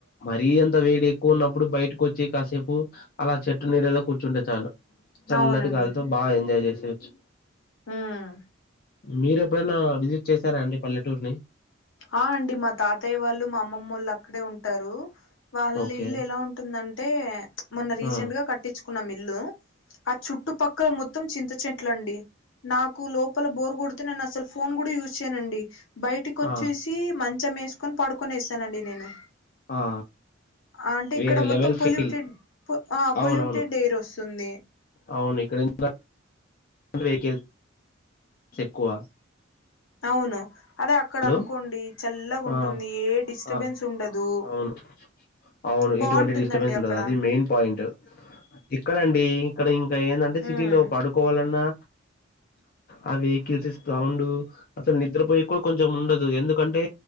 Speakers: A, on the left; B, on the left.
A: మరీ అంత వేడి ఎక్కువ ఉన్నప్పుడు బయటకు వచ్చి కాసేపు అలా చెట్టు నీడలో కూర్చుంటే చాలు చల్లటి
B: అవునండి
A: గాలి తో బాగా ఎంజాయ్ చేసేవచ్చు
B: ఉమ్
A: మీరు ఎప్పుడైనా విజిట్ చేశారా అండి పల్లెటూర్ని
B: ఆ అండి మా తాతయ్య వాళ్ళు, మా అమ్మమ్మోళ్ళు అక్కడే ఉంటారూ. వాళ్ళ
A: ఓకే
B: ఇల్లు ఎలా ఉంటుందంటే, ప్చ్ మొన్న రీసెంట్
A: ఆ
B: గ కట్టిచ్చుకున్నాం ఇల్లూ. ఆ చుట్టుపక్ క్క మొత్తం చింత చెట్ల అండీ. నాకు లోపల బోర్ కొతే నేను అసల్ ఫోన్ కూడా యూస్ చేయనుండి. బయటి
A: ఆ
B: చూసీ మం చ్చం ఏసుకొన్ పడుకొనేసానండి నేను.
A: ఆ
B: ఆ అంటే ఇక్కడ
A: వేరే
B: మొత్తం
A: లెవెల్
B: పొల్యూటెడ్.
A: ఫీల్
B: ఆ పొల్యూటెడ్
A: అవునవును
B: ఎయిర్ వస్తుందీ.
A: అవును ఇక్కడ <inaudible> అండ్ వెహికిల్ చెక్కువా
B: అవును అదే అక్కడ
A: హలో
B: అనుకోండి చల్లగా
A: ఆ
B: ఉంటుంది ఏ డిస్టర్బెన్స్
A: ఆ
B: ఉండదు
A: అవును అవును
B: బాగుంటుందండి
A: ఎటువంటి డిస్టబెన్స్ ఉండదు.
B: అక్కడ
A: అది మెయిన్ పాయింట్. ఇక్కడండి <unintelligible> కా ఏందంటే
B: హ్మ్.
A: సిటీలో పడుకోవాలన్నా ఆ వెహకిల్స్ సౌండూ అసలు నిద్రపోయి కూడ కొంచం ఉండదు ఎందుకంటే,